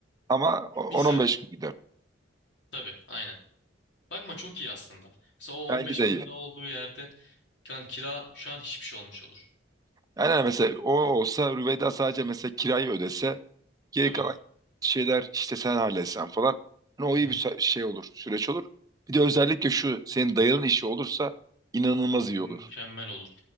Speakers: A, on the right (about 20°); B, on the left (about 70°).
A: ama o-
B: Misal
A: 10-15 gün gider.
B: tabii aynen. Bakma çok iyi aslında. Mesela o
A: Bence
B: 15
A: de
B: bin
A: iyi.
B: lira olduğu yerde kan kira şu an hiçbir şey olmuş olur.
A: Yani hani mesela o olsa Rüveyda sadece mesela kirayı ödese geri
B: Tabii.
A: kalan şeyler işte sen halletsen falan. Hani o
B: Hı
A: iyi
B: hı.
A: bir sü- şey olur, süreç olur. Bir de özellikle şu senin dayının işi olursa inanılmaz
B: O mükemmel
A: iyi olur.
B: olur.